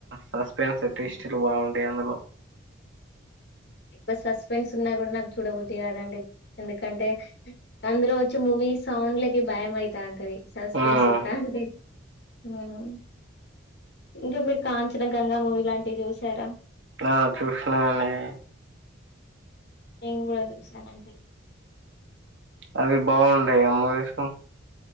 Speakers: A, on the right; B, on the left.
A: సస్పెన్సే ట్విస్టులు బాగుంటయి అందులో.
B: ఎక్కువ సస్పెన్స్ ఉన్నా గుడ నాకు చూడబద్ది కాదండి, ఎందుకంటే అందులో వచ్చే మూవీ సౌండ్లకి భయం అయితా అంతది, సస్పెన్స్
A: హ్మ్
B: ఇత్తాంటె ఉమ్ ఇంకా మీరు కాంచన, గంగా మూవీ లాంటివి చూసారా?
A: ఆ చూసినమండి.
B: నేను కూడా చూసనండి
A: అవి బాగుంటాయా అ మూవీస్